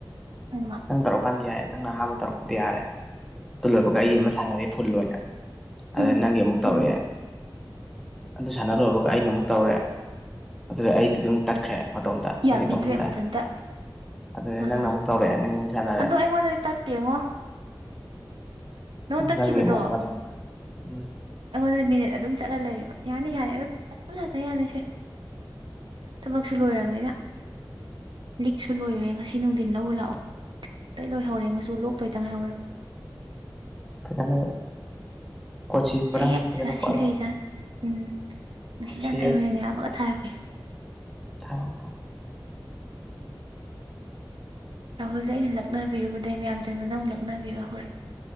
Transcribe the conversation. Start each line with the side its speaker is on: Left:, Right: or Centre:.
Right: ꯍꯩꯃꯥ
Centre: ꯇꯧꯔꯛꯀꯥꯟꯗꯤ ꯌꯥꯏꯔꯦ ꯅꯪꯅ ꯑꯍꯥꯟꯕ ꯇꯧꯔꯛꯄꯗꯤ ꯌꯥꯔꯦ ꯑꯗꯨꯜ ꯂꯣꯏꯕꯒ ꯑꯩ ꯑꯃ ꯁꯥꯟꯅꯔꯦ ꯐꯨꯜ ꯑꯣꯏꯅ
Right: ꯎꯝ
Centre: ꯑꯗ ꯅꯪꯒꯤ ꯑꯃꯨꯛ ꯇꯧꯔꯛꯑꯦ
Right: ꯎꯝ
Centre: ꯑꯗꯨ ꯁꯥꯟꯅ ꯂꯣꯏꯕꯒ ꯑꯩꯅ ꯑꯃꯨꯛ ꯇꯧꯔꯦ ꯑꯗꯨꯗ ꯑꯩꯗꯨꯗꯤ ꯑꯃꯨꯛ ꯇꯠꯈ꯭ꯔꯦ ꯃꯇꯣꯝꯇ
Right: ꯌꯥꯕꯤꯗ꯭ꯔꯦ
Centre: ꯃꯤꯅꯤꯠ ꯑꯍꯨꯝꯗ
Right: ꯃꯊꯟꯇ
Centre: ꯑꯗꯨꯗ
Right: ꯑꯥ
Centre: ꯅꯪꯅ ꯑꯃꯨꯛ ꯇꯧꯔꯛꯑꯦ ꯅꯪꯒꯤ ꯑꯃꯨꯛ ꯁꯥꯟꯅꯔꯦ
Right: ꯑꯗꯣ ꯑꯩꯉꯣꯟꯗꯗꯤ ꯇꯠꯇꯦꯉꯣ ꯅꯉꯣꯟ ꯇꯠꯈꯤꯕꯗꯣ
Centre: ꯅꯪꯒꯤ ꯑꯃꯨꯛ ꯃꯇꯝ <unintelligible> ꯎꯝ
Right: ꯑꯩꯉꯣꯟꯗꯗꯤ ꯃꯤꯅꯤꯠ ꯑꯗꯨꯝ ꯆꯠꯂ ꯂꯩꯌꯦꯕ ꯌꯥꯅꯤ ꯌꯥꯅꯤ ꯑꯗꯨꯝ ꯍꯟ ꯌꯥꯅꯤꯁꯦ ꯊꯕꯛꯁꯨ ꯂꯣꯏꯔꯕꯅꯤꯅ ꯂꯤꯛꯁꯨ ꯂꯣꯏꯔꯦ ꯉꯁꯤ ꯅꯨꯡꯊꯤꯟ ꯂꯧꯔ ꯂꯥꯛꯑꯣ ꯂꯣꯏ ꯂꯣꯏꯍꯧꯔꯦ ꯃꯆꯨ ꯂꯣꯛꯇꯣꯏꯇꯪ ꯉꯥꯏꯍꯧꯔꯝꯅꯤ
Centre: ꯐꯖꯅ ꯀꯣꯆꯤ ꯀꯣꯔꯥꯡꯗꯣ
Right: ꯐꯆꯩꯌꯦ
Centre: ꯐꯖꯅ
Right: ꯔꯥꯁꯤ
Centre: ꯄꯣꯠꯂꯝ
Right: ꯂꯩꯖꯥꯟ ꯎꯝ ꯅꯨꯡꯁꯤꯖꯥꯟ
Centre: ꯁꯤ
Right: ꯑꯩ ꯍꯣꯔꯦꯟ ꯑꯣꯏꯅꯅꯤ ꯌꯥꯕꯒ ꯊꯥꯔꯛꯀꯦ
Centre: ꯊꯥꯔꯛ ꯑꯣ
Right: ꯔꯥꯍꯨꯜꯁꯦ ꯑꯩꯅ ꯂꯛꯅꯕꯤꯔꯨꯕꯗꯩ ꯃꯌꯥꯝ ꯆꯪꯗꯅ ꯑꯃꯨꯛ ꯂꯛꯅꯕꯤꯕ ꯍꯧꯔꯛꯑꯦ